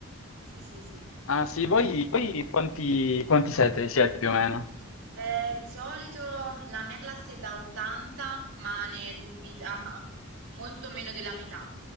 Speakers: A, on the right; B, on the left.
A: Sì, sì, sì.
B: Ah sì, voi, voi quanti, quanti siete, siete più o meno?
A: Eh, di solito la mia classe è da 80, ma ne è riempita <laughs> molto meno della metà,